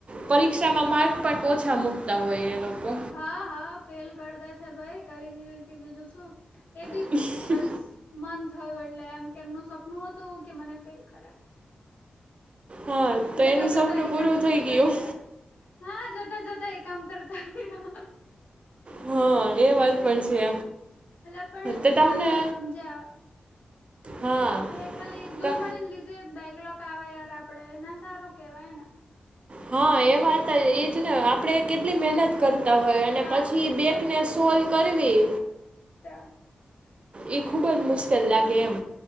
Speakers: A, on the right; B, on the left.
A: પરીક્ષામાં માર્ક પણ ઓછા મૂકતા હોય એ લોકો.
B: હા હા ફેલ કરતા છે ભાઈ કરી દીધી તી બીજું શું એ બી
A: <unintelligible>
B: બસ મન થયું એટલે એમ કે એમનું સપનું હતું કે મને ફેલ કરે.
A: હા તો
B: જતા
A: એનું
B: જતા
A: સપનું
B: એ
A: પૂરું
B: કામ કરતા
A: થઈ ગયું
B: ગયા. હા જતા જતા એ કામ કરતા ગયા.
A: હહ એ વાત પણ છે.
B: એટલે પણ
A: તો
B: ચાલે
A: તમને
B: સમજ્યા
A: હા
B: પણ એ ખાલી દુશ્મનીને
A: ત
B: લીધે બેકલોક આવે યાર આપડે ના સારું કેવાય ને.
A: હા એ વાત એ એજ ને આપડે કેટલી મહેનત કરતા હોય અને
B: તારે
A: પછી બેકને
B: પછી
A: સોલ કરવી
B: તા
A: એ ખુબ જ મુશ્કેલ લાગે એમ.